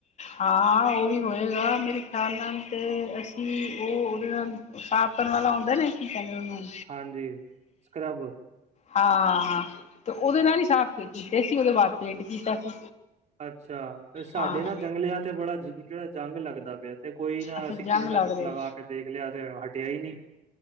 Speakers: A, on the left (about 45°); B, on the right (about 45°).
A: ਹਾਂ ਉਹ ਵੀ ਹੋਏਗਾ ਮੇਰੇ ਖਿਆਲ ਨਾਲ ਤੇ ਅਸੀਂ ਉਹ ਉਹਦੇ ਨਾਲ ਸਾਫ਼ ਕਰਨ ਵਾਲਾ ਆਉਂਦਾ ਨਾ ਕਹਿੰਦੇ ਉਹ ਨੂੰ?
B: ਹਾਂਜੀ ਸਕ੍ਰਬ
A: ਹਾਂ -ਹਾਂ ਹਾਂ ਤੇ ਉਹਦੇ ਨਾਲ ਹੀ ਸਾਫ਼ ਕੇ ਕੀਤੇ ਸੀ ਉਹਦੇ ਬਾਅਦ ਪੇਂਟ ਕੀਤਾ ਸੀ।
B: ਅੱਛਾ ਸਾਡੇ
A: ਹਾਂ
B: ਨਾ ਜੰਗਲਿਆਂ ਤੇ ਬੜਾ ਜਿਹੜਾ ਜੰਗ ਲੱਗਦਾ ਪਿਆ ਤੇ ਕੋਈ ਨਾ
A: ਅੱਛਾ
B: ਅਸੀਂ
A: ਜੰਗ
B: ਕਿੰਨਾ
A: ਲੱਗ
B: ਕੁਛ
A: ਰਹੇ
B: ਲਗਾ ਕੇ ਦੇਖ ਲਿਆ ਤੇ ਹਟਿਆ ਹੀ ਨਹੀਂ।